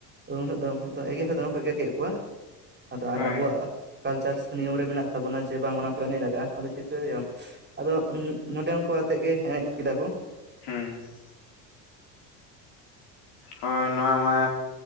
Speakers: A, on the right (about 20°); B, on the left (about 55°).
A: ᱩᱱᱟᱹᱜ ᱫᱚ ᱮᱜᱮᱨ ᱦᱚ ᱫᱚᱢᱮ ᱠᱚ ᱮᱜᱮᱨ ᱠᱮᱫ ᱠᱚᱣᱟ ᱾ ᱟᱫᱚ,
B: ᱦᱳᱭ
A: ᱟᱨ ᱟᱵᱚᱣᱟᱜ ᱠᱟᱞᱪᱟᱨ ᱥᱮ ᱱᱤᱭᱚᱢ ᱨᱮ ᱢᱮᱱᱟᱜ ᱛᱟᱵᱚᱱᱟ, ᱡᱮ ᱵᱟᱝ ᱚᱱᱟ ᱠᱚᱨᱮ ᱮᱱᱮᱡ ᱞᱟᱜᱟᱜᱼᱟ ᱾ ᱟᱫᱚ ᱪᱤᱠᱟᱹᱭᱟᱢ? ᱟᱫᱚ, ᱱᱚᱰᱮᱱ ᱠᱚ ᱟᱛᱮᱜ ᱜᱮ ᱮᱱᱮᱡ ᱠᱮᱫᱟ ᱠᱚ ᱾
B: ᱦᱮᱸ ᱾ ᱦᱳᱭ, ᱱᱚᱣᱟ ᱢᱟ,